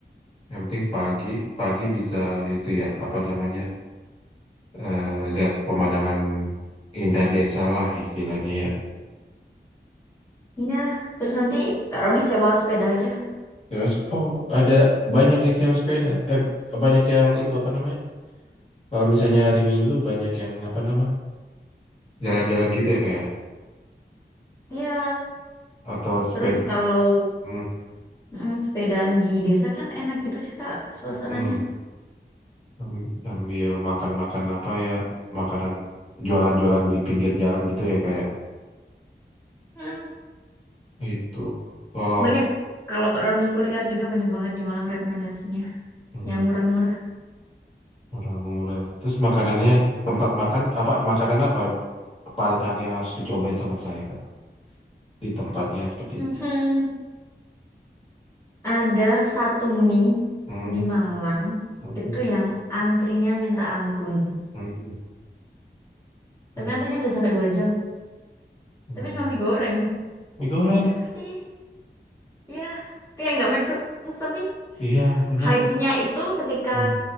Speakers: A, on the left (about 35°); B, on the left (about 15°).
A: Yang penting pagi pagi bisa itu ya, apa namanya? eh, lihat pemandangan indah desa lah istilahnya ya.
B: Iya, terus nanti Kak Roni sewa sepeda aja.
A: Sewa sep- oh ada banyak yang sewa sepeda. Eh banyak yang itu apa namanya? Kalau misalnya hari Minggu banyak yang apa nama? Jalan-jalan gitu ya kayak
B: Iya,
A: atau sepeda.
B: terus kalau
A: Hmm,
B: mm, sepedaan di desa kan enak gitu sih, Kak, suasananya.
A: hmm. Am- Ambil makan-makan apa ya? Makanan jualan-jualan di pinggir jalan gitu ya kayak.
B: Mm,
A: Itu kalau
B: banyak, kalau Kak Roni kuliner juga banyak banget di Malang rekomendasinya.
A: hmm,
B: Yang murah-murah.
A: murah-murah. Terus makanannya tempat makan apa makanan apa paling aneh yang harus dicobain sama saya Kak? di tempatnya seperti
B: Mhm.
A: itu.
B: Ada satu mie
A: Hmm,
B: di Malang
A: hmm,
B: itu yang antrinya minta ampun.
A: hmm, hmm,
B: Tapi antrinya bisa sampai dua jam.
A: hmm.
B: Tapi cuma mie goreng.
A: Mie goreng,
B: Tapi enak sih. Ya, kayak nggak make sense. Tapi
A: iya benar.
B: hype-nya itu ketika
A: Hmm,